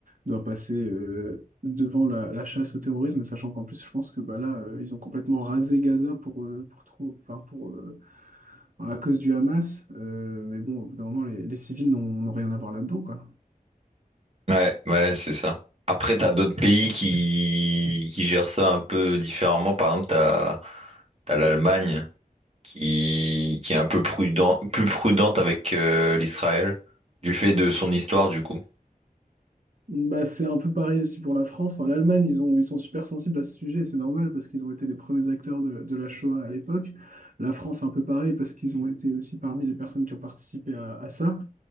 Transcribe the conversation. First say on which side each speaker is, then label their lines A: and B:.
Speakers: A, on the right; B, on the right.
A: doit passer, euh, devant la, la chasse au terrorisme, sachant qu'en plus, je pense que bah, là, euh, ils ont complètement rasé Gaza pour, euh, pour, trou- enfin, pour, euh, Enfin, à cause du Hamas. euh, mais bon, au bout d'un moment, les, les civils n'ont n'ont rien à voir là-dedans, quoi.
B: Ouais, ouais, c'est ça. Après, t'as d'autres pays qui, qui gèrent ça un peu différemment. Par exemple, t'as, t'as l'Allemagne qui, qui est un peu prudent, plus prudente avec euh, l'Israël, du fait de son histoire, du coup.
A: Bah, c'est un peu pareil aussi pour la France. Enfin, l'Allemagne, ils ont, ils sont super sensibles à ce sujet, et c'est normal parce qu'ils ont été les premiers acteurs de, de la Shoah à l'époque. La France, un peu pareil parce qu'ils ont été aussi parmi les personnes qui ont participé à, à ça.